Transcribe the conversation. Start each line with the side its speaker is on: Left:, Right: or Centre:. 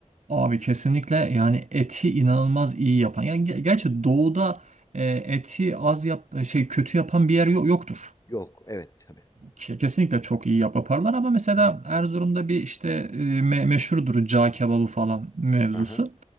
Right: abi kesinlikle yani eti inanılmaz iyi yapan. Yani ge- gerçi doğuda e, eti az yap şey kötü yapan bir yer yo- yoktur.
Left: Yok evet tabii.
Right: Ke- Kesinlikle çok iyi yap- yaparlar ama mesela
Left: Hı hı.
Right: Erzurum'da bir işte e, me- meşhurdur cağ kebabı falan mevzusu.
Left: Aha